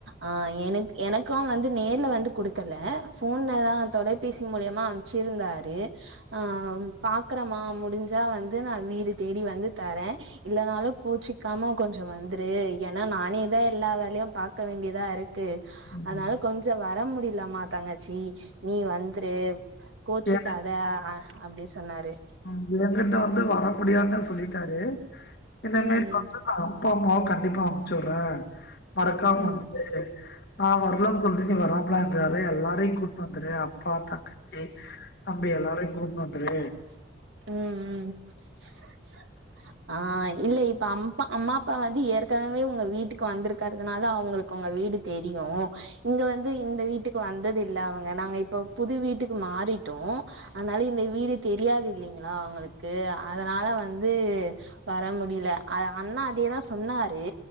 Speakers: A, on the right; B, on the left.
A: ஆ எனக் எனக்கும் வந்து நேர்ல வந்து குடுக்கல ஃபோன்ல தா தொலை பேசி மூலியமா அம்ச்சிருந்தாரு ஆ ம் பா க்குரமா முடிஞ்சா வந்து நா வீடு தேடி வந்து தரே இல்லனாலு கோச்சிக்காம கொஞ்சொ வந்துரு ஏன்னா நானே தா எல்லா வேலையு பாக்க வேண்டியதா இருக் ட்டு
B: ம்
A: அதனால கொஞ்சொ வர முடி அப்படி இல்லம்மா தங்கச்சி நீ வந்துரு கோச்சிக்காத
B: எ
A: ஆ அப்டி சொன்னாரு
B: <unintelligible> வந்து வர முடியான்னே சொல்லிட்டாரு இனிமேல்ட்டு
A: ம்
B: வந்து நா அப்பா அம்மாவ க ண்டிப்பா அனுப்ச்சு விட்றே மறக்காம
A: ம்
B: வந்துரு நா வர்லேன்ன சொல்ட்டு நீ வராம்லா இருந்துராதே எல்லாரையு கூட்டு வந்துரு அப்பா தங்கச்சி தம்பி எல்லாரயு கூட்டு வந் துரு
A: உம் ம் அ ஆஹ் இல்ல இப்ப அம்ப அம்மா அப்பா வந்து ஏற்கனவே உங்க வீட்டுக்கு வந்திருக்கறதுனால அவங்களுக்கு உங்க வீடு தெரியு இங்க வந்து இந்த வீட்டுக்கு வந்தது இல்ல அவங்க நாங்க இப்ப புது வீட்டுக்கு மாறிட்டோ அனால இந்த வீடு தெரியாது இல்லீங்களா அவங்களுக்கு அதனால வந்து வர முடியில அத அண்ணா அதேதா சொன்னாரு